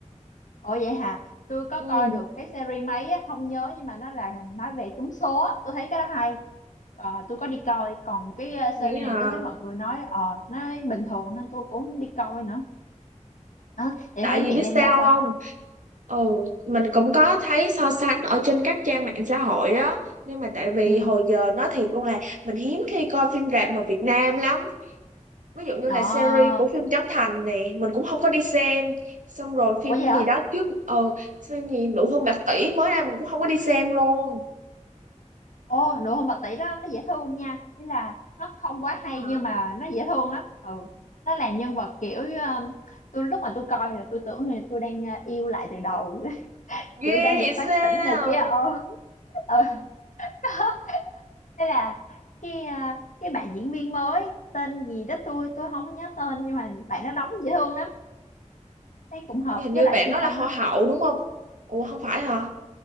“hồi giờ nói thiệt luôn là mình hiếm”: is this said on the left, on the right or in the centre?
Right